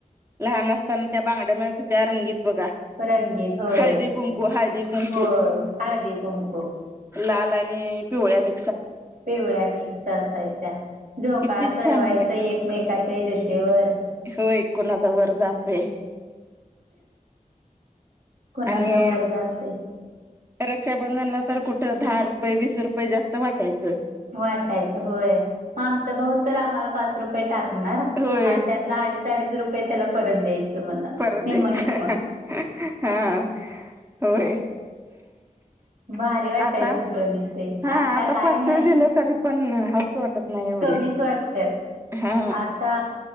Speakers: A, on the right; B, on the right.
A: लहान असताना त्या बांगड्या मिळत त्या रंगीत बघा
B: रंगीत होय
A: हळदी कुंकू हळदी कुंकू
B: होय हळदी, कुंकू
A: लाल आणि पिवळ्या मि
B: पिवळ्या मिक्स असायच्या, झोकाळा
A: किती छान
B: चढवायचा एकमेकाच्या इरशेवर,
A: हो एक कोणाचा वर जातय.
B: कोणाचा
A: आणि
B: वर जातय.
A: रक्षाबंधनला तर कुठं दहा रुपये, वीस रुपये जास्त वाटायचं.
B: वाटायचं होय मग आमचा भाऊ तर आम्हाला पाच रुपये टाक टाकणार
A: होय
B: आणि त्यातला अडीच अडीच रुपये त्याला परत द्यायचे. तमना
A: परत
B: निम
A: द्यायचं
B: निम
A: हा होय.
B: भारी वाटायचं
A: आता
B: सण ते
A: हा
B: आता काय
A: पाचशे
B: नाही.
A: दिलं तरी पण हाऊस वाटत नाही एवढी.
B: कमीच वाटत्यात.
A: हा
B: आता